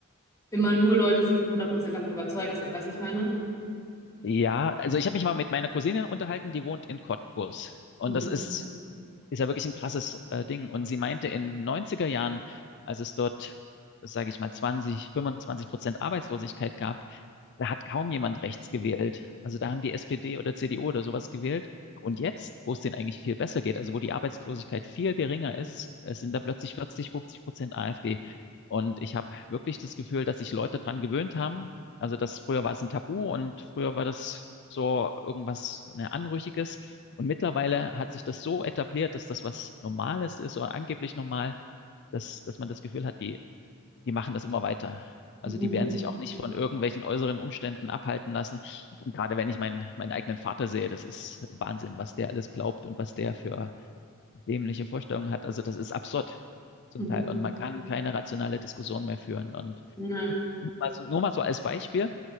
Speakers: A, on the left; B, on the left.
A: immer nur Leute sind, die 100% davon überzeugt sind. Weißt du, was ich meine?
B: Ja, also ich habe mich mal mit meiner Cousine unterhalten, die wohnt in Cottbus. Und
A: Mhm.
B: das ist ist ja wirklich ein krasses äh, Ding. Und sie meinte, in neunziger Jahren, als es dort, sage ich mal, 20, 25 Prozent Arbeitslosigkeit gab, da hat kaum jemand rechts gewählt. Also da haben die SPD oder CDU oder sowas gewählt. Und jetzt, wo es denen eigentlich viel besser geht, also wo die Arbeitslosigkeit viel geringer ist, es sind da plötzlich 40, 50 Prozent AfD. Und ich habe wirklich das Gefühl, dass sich Leute dran gewöhnt haben. Also das früher war es ein Tabu und früher war das so irgendwas, ne, Anrüchiges. Und mittlerweile hat sich das so etabliert, dass das was Normales ist oder angeblich normal, dass, dass man das Gefühl hat, die, die machen das immer weiter. Also
A: Mhm.
B: die werden sich auch nicht von irgendwelchen äußeren Umständen abhalten lassen. Und gerade wenn ich meinen, meinen eigenen Vater sehe, das ist Wahnsinn, was der alles glaubt und was der für dämliche Vorstellungen hat. Also das ist absurd zum
A: Mhm.
B: Teil. Und man kann keine rationale Diskussion mehr führen. Und
A: Ja,
B: nur mal so, nur mal so als Beispiel,